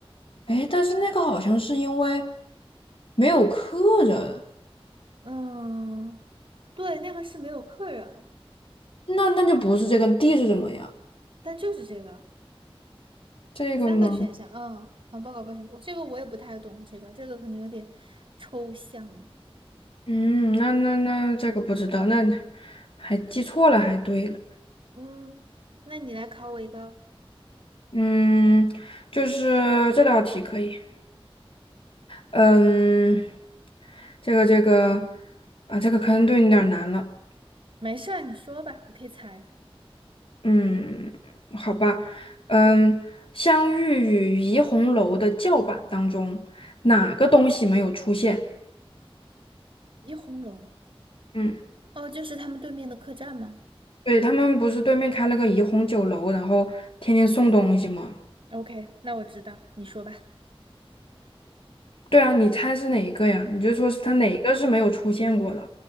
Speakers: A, on the left; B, on the right.
A: 哎，但是那个好像是因为没有客人。
B: 嗯，对，那个是没有客人，
A: 那那就不是这个 D 是什么呀？
B: 但就是这个
A: 这个吗？
B: 三个选项，嗯，环保搞保险，我这个我也不太懂，这个这个可能有点抽象，
A: 嗯，那那那这个不知道，那还记错了，还对了。
B: 嗯，那你来考我一个，
A: 嗯，就是这道题可以。嗯，这个这个啊，这个可能对你有点儿难了。
B: 没事儿，你说吧，我可以猜。
A: 嗯，好吧。嗯，相遇与怡红楼的叫板当中，哪个东西没有出现？
B: 怡红楼，
A: 嗯，
B: 哦，就是他们对面的客栈吗
A: 对，他们不是对面开了个怡红酒楼，然后天天送东西吗？
B: ？OK，那我知道，你说吧。
A: 对啊，你猜是哪一个呀？你就说是它哪一个是没有出现过的？
B: 嗯，